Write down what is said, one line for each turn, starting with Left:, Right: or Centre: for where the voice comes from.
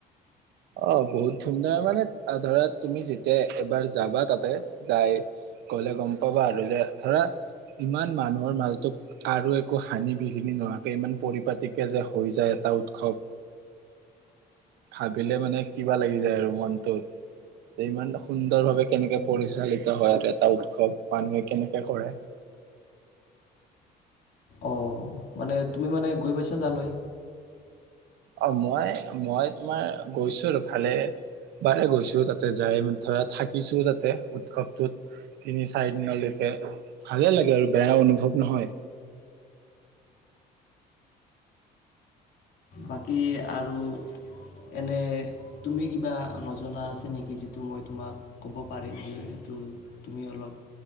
Right: অহ, বহুত ধুমধাম মানে আ, ধৰা তুমি যেতিয়া এবাৰ যাবা তাতে যাই গ'লে গম পাবা আৰু যে ধৰা ইমান মানুহৰ মাজতো কাৰো একো হানি বিঘিনি নোহোৱাকে ইমান পৰিপাটিকে যে হৈ যায় এটা উৎসৱ। ভাব <unintelligible> মানে কিবা লাগি যায় আৰু মনটোত, যে ইমান সুন্দৰভাৱে কেনেকে পৰিচালিত হয় আৰু এটা উৎসৱ, মানুহে কেনেকে কৰে।
Left: অহ, মানে তুমি মানে গৈ পাইছা তালৈ?
Right: অহ, মই-মই তোমাৰ গৈছোঁ আৰু ভালে বাৰে গৈছোঁ। তাতে যাই ধৰা থাকিছোঁ তাতে, উৎসৱটোত তিনি চাৰি দিনলৈকে ভালে লাগে আৰু বেয়া অনুভৱ নহয়।
Left: বাকী আৰু এনে তুমি কিবা নজনা আছে নেকি যিটো মই তোমাক ক'ব পাৰিম যে এইটো তুমি অলপ